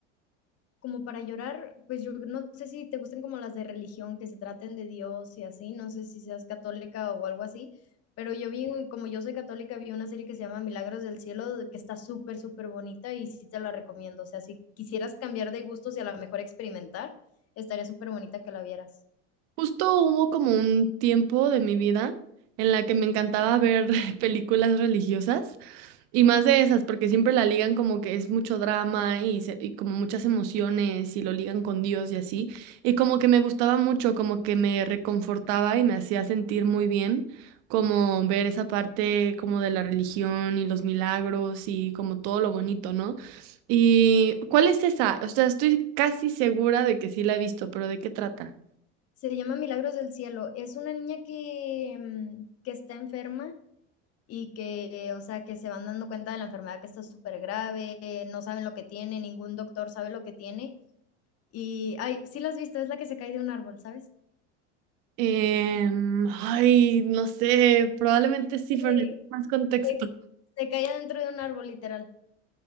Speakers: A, on the left; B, on the right.
A: como para llorar, pues yo no sé si te gusten como las de religión, que se traten de Dios y así, no sé si seas católica o algo así, pero yo vi, un- como yo soy católica, vi una serie que se llama Milagros del Cielo, de que está súper, súper bonita y sí te la recomiendo. O sea, si quisieras cambiar de gustos y a lo mejor experimentar, estaría súper bonita que la vieras.
B: Justo hubo como un tiempo de mi vida en la que me encantaba ver <laughs> películas religiosas. Y más de esas, porque siempre la ligan como que es mucho drama y, se- y como muchas emociones y lo ligan con Dios y así. Y como que me gustaba mucho, como que me reconfortaba y me hacía sentir muy bien, como ver esa parte como de la religión y los milagros y como todo lo bonito, ¿no? ¿Y cuál es esa? O sea, estoy casi segura de que sí la he visto, pero ¿de qué trata?
A: Se llama Milagros del Cielo. Es una niña que, mm, que está enferma y que, o sea, que se van dando cuenta de la enfermedad que está súper grave, no saben lo que tiene, ningún doctor sabe lo que tiene Y, ay, sí la has visto, es la que se cae de un árbol, ¿sabes?
B: Em, ay, no sé, probablemente sí,
A: Sí.
B: pero necesito más contexto.
A: Se se cae adentro de un árbol, literal.